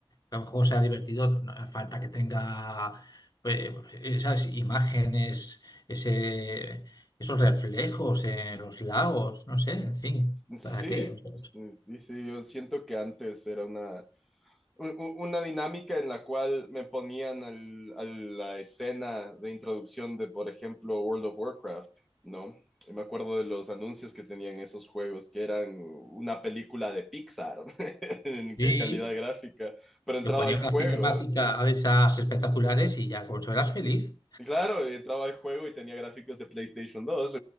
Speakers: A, on the left (about 40°); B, in the centre.
A: a lo mejor sea divertido, no hace falta que tenga pues, esas imágenes, ese, esos reflejos en los lagos, no sé, en fin,
B: Sí,
A: ¿para qué? O sea,
B: sí, sí, yo siento que antes era una, un- un- una dinámica en la cual me ponían al- a la escena de introducción de, por ejemplo, World of Warcraft, ¿no? Y me acuerdo de los anuncios que tenían esos juegos, que eran una película de Pixar. <laughs> en
A: y
B: qué calidad gráfica, pero entraba
A: te ponía
B: al
A: una
B: juego.
A: cinemática de esas espectaculares y ya con eso eras feliz,
B: Y Claro, entraba al juego y tenía gráficos de PlayStation dos